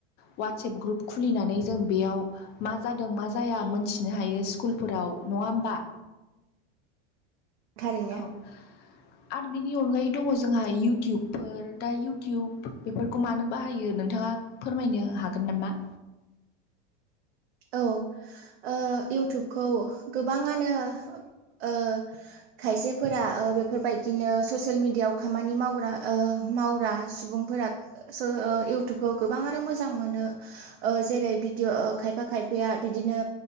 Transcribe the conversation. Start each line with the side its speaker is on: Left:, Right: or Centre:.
Left: उवाटसेएप ग्रुप खुलिनानै जों बेयाव मा जादों मा जाया मोनथिनो हायो स्कुलफोराव नङा होमबा?
Right: थारैनो
Left: औ। आरो बिनि अनगायै दङ' जोंहा इउटुबफोर दा इउटुब बेफोरखौ मानो बाहायो नों थाङा फोरमायनो हागोन नामा?
Right: औ ओ इउथुबखौ गोबाङानो ओ खायसेफोरा ओ बेफोरबायदिनो ससियेल मिडियायाव खामानि मावग्रा ओ मावरा सुबुंफोरा <unintelligible> सो ओ इउथुबखो गोबाङानो मोजां मोनो। ओ जेरै बिदिअ' ओ खायफा खायफाया बिदिनो